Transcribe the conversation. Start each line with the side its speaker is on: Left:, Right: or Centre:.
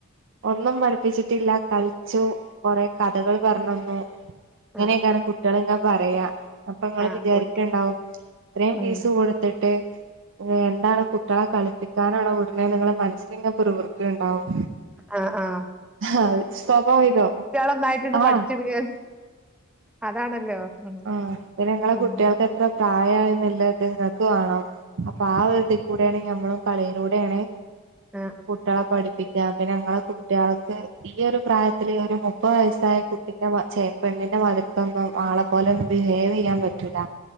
Right: ഒന്നും പഠിപ്പിച്ചിട്ടില്ല കളി ച്ചു കൊറേ കഥകള് പറഞ്ഞന്നു ഇങ്ങനെയൊക്കാണ്
Centre: ആ
Right: കുട്ടികളിങ്ങെ പറയാ. അപ്പ നിങ്ങള്
Centre: ആ
Right: വിചാരിക്കിണ്ടാവും
Centre: ഓൽക്ക്
Right: ഇത്രയും
Centre: ഉം
Right: ഫീസ് കൊടുത്തിട്ട് എന്താണ് കുട്ടികളെ കളിപ്പിക്കാനാണോ വിടണേ നിങ്ങള് മനസ്സിലിങ്ങനെ പിറു പുറത്തു ഉണ്ടാവും
Centre: ആ ആ
Right: ആ സ്വാഭാവികം
Centre: നന്നായിട്ടിണ്ട്
Right: ആഹ്
Centre: പഠിച്ചെടുക്കാൻ അതാണല്ലോ ഉം
Right: ആ നിങ്ങളെ
Centre: ഉം
Right: കുട്ടികൾക്ക് എത്ര പ്രായായിന്നിള്ളത് നിങ്ങക്ക് വേണം. അപ്പൊ ആ ഒരു ഇതി കൂടെയാണ് ഞമ്മളും കളിയിലൂടെ ആണ്
Centre: ആ
Right: കുട്ടിയളെ പഠിപ്പി പിന്നെ ഇങ്ങളെ കുട്ടികൾക്ക് ഈയൊരു പ്രായത്തില് ഒരു മുപ്പത് വയസായ കുട്ടിന്റെ ചേപ്പെങ്ങനെ മാതിരിക്കൊന്നും ആളെ പോലെ ഒന്നും ബിഹേവ് ചെയ്യാൻ പറ്റൂല,